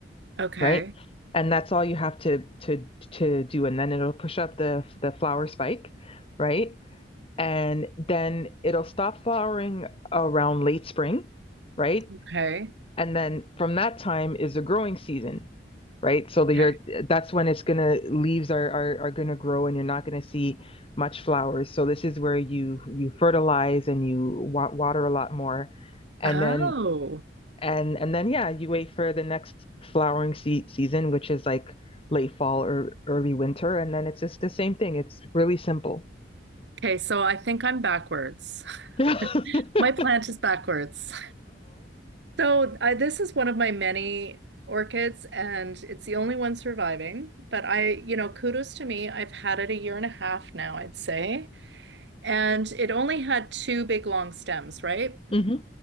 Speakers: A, on the right; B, on the left.
A: Okay.
B: right? And that's all you have to to to do, and then it'll push up the the flower spike, right? and then it'll stop flowering around late spring, right?
A: Okay.
B: And then from that time is the growing season, right? So the year
A: Okay.
B: that's when it's gonna leaves are are, are gonna grow and you're not gonna see much flowers. So this is where you you fertilize and you wa- water a lot more, and
A: Oh.
B: then and and then yeah, you wait for the next flowering se- season, which is like late fall or early winter, and then it's just the same thing. It's really simple.
A: Okay, so I think I'm backwards. <laughs>
B: <laughs> Uh-oh.
A: My plant is backwards. So I, this is one of my many orchids, and it's the only one surviving. But I, you know, kudos to me. I've had it a year and a half now, I'd say. And it only had two big long stems, right?
B: hmm